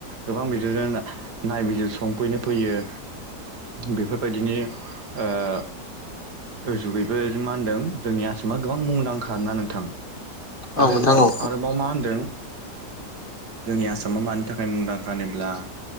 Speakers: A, on the right (about 85°); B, on the left (about 35°).
A: गोबां बिदिनो नायबिजिरसंफैनो फैयो बेफोरबायदिनि ओ जुगैबो मा होनदों जोंनि आसामा गोबां मुंदांखा आरोना नोंथां
B: औ
A: आरोबाव
B: नोंथां औ
A: आरोबाव मा होनदों जोंनि आसामा मानि थाखाय मुंदांखा होनोब्ला